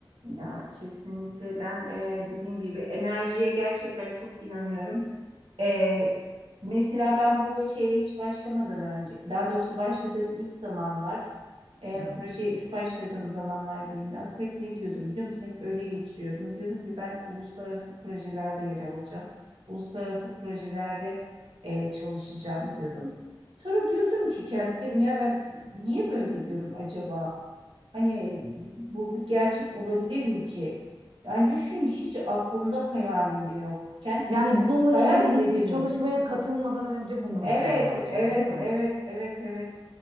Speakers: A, on the right (about 80°); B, on the right (about 65°).
A: ya kesinlikle ben e, dediğim gibi enerjiye gerçekten çok inanıyorum. Ee, mesela ben bu şeye hiç başlamadan önce, daha doğrusu başladığım ilk zamanlar E,
B: Hı hı.
A: projeye ilk başladığım zamanlar birinde aslında hep ne diyordum biliyor musun? Hep öyle geçiriyordum. Diyordum ki ben uluslararası projelerde yer alacağım. Uluslararası projelerde e, çalışacağım diyordum. Sonra diyordum ki kendi kendime ya ben niye böyle diyorum acaba? Hani bu bir gerçek olabilir mi ki? Yani düşün hiç aklımda hayalimde yokken
B: Yani
A: hani
B: bununla
A: hayal
B: ilgili
A: bile
B: hiçbir
A: edemiyordum.
B: çalışmaya katılmadan önce bunları
A: Evet,
B: söylemeye başladım,
A: evet,
B: değil mi?
A: evet, evet, evet.